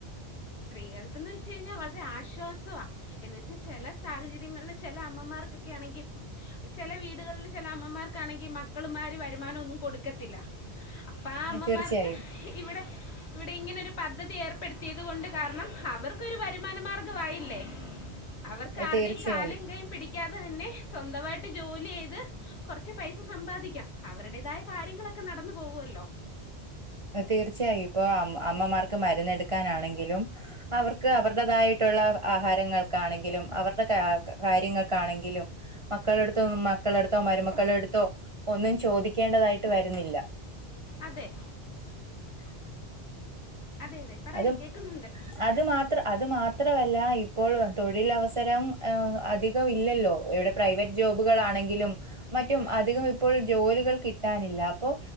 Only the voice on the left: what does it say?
സ്ത്രീകൾക്ക്ന്ന് വെച്ച് കയ്ഞ്ഞാ വളരെ ആശ്വാസവാ. എന്നുവച്ച് ചെല സാഹചര്യങ്ങൾല് ചെല അമ്മമാർക്കൊക്കെ ആണെങ്കി ചെല വീടുകൾല് ചെല അമ്മമാർക്കാണെങ്കി മക്കളുമാര് വരുമാനം ഒന്നും കൊടുക്കത്തില്ല. അപ്പ ആ അമ്മമാർക്ക്
ഇവിടെ ഇവിടെ ഇങ്ങനെരു പദ്ധതി ഏർപ്പെടുത്തിയത് കൊണ്ട് കാര്ണം അവർക്കരു വരുമാന മാർഗ ആയില്ലേ അവർക്ക് ആര്ടേം
കാലും കയും പിടി ക്കാതെ തന്നെ സ്വന്തമായിട്ട് ജോലിയ്ത് കൊർച്ച് പൈസ സമ്പാദിക്കാം അവരുടേതായ കാര്യങ്ങളൊക്കെ നടന്നു പോവുല്ലോ.
അതെ.
അതെ അതെ. പറയൂ
കേൾക്കുന്നുണ്ട്